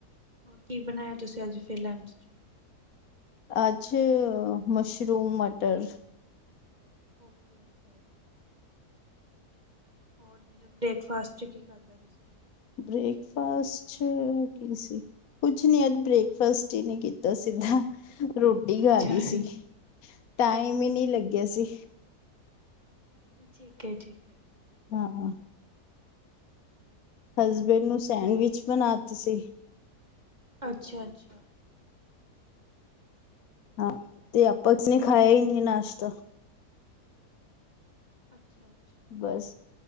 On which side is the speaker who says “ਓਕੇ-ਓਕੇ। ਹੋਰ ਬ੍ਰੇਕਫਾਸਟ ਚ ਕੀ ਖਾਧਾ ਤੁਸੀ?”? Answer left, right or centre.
Right